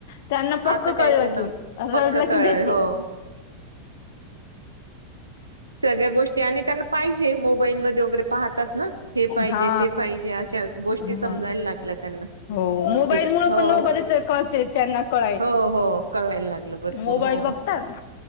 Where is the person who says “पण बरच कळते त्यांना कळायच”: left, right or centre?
Left